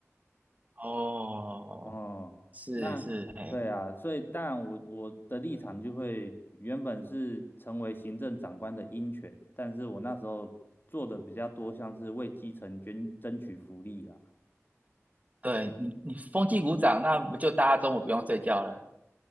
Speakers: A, on the right (about 30°); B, on the left (about 40°).
A: 哦，
B: 哦，
A: 是是，
B: 那对啊，
A: 哎，
B: 所以当然我我的立场就会原本是成为行政长官的鹰犬，但是我那时候做的比较多，像是为基层捐争取福利啊。
A: 对你你风纪鼓掌，那不就大家中午不用睡觉了？